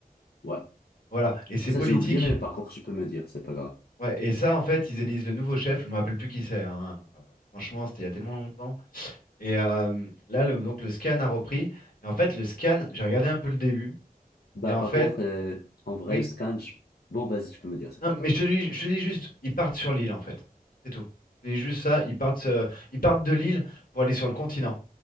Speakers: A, on the left; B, on the left.
A: Ouais.
B: Voilà, et c'est
A: Et ça,
B: politique.
A: j'ai oublié, mais par contre, tu peux me dire, c'est pas grave.
B: Ouais, et ça, en fait, ils élisent le nouveau chef, je me rappelle plus qui c'est, hein. Euh, Franchement, c'était il y a tellement longtemps. Et euh, là, le, donc, le scan a repris. Et en fait, le scan, j'ai regardé un peu le début.
A: Bah,
B: Et en
A: par
B: fait,
A: contre, euh, en vrai,
B: oui.
A: le scan, je- bon, vas-y, tu peux me dire, c'est
B: Non,
A: pas
B: mais
A: grave.
B: je te dis, je te dis juste, ils partent sur l'île, en fait. C'est tout. Je te dis juste ça, ils partent, euh, ils partent de l'île pour aller sur le continent.